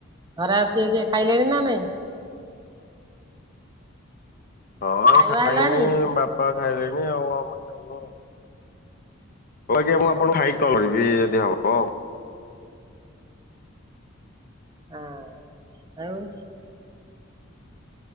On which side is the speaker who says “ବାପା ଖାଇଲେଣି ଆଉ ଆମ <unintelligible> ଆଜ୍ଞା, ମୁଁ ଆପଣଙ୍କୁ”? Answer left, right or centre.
Left